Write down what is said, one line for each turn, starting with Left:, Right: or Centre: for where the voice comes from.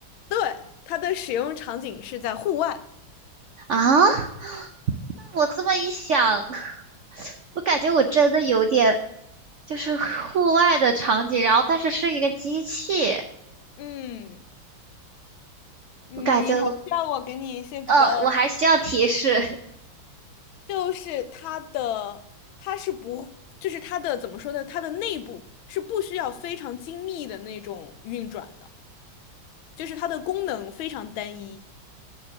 Left: 对，它的使用场景是在户外。
Right: 啊。我这么一想，<laughs> 我感觉我真的有点就是户外的场景，然后但是是一个机器，
Left: 嗯，你还需要我给你一些比较。
Right: 我感觉，呃，我还需要提示，
Left: 就是它的，它是不，就是它的怎么说呢？它的内部是不需要非常精密的那种运转的，就是它的功能非常单一。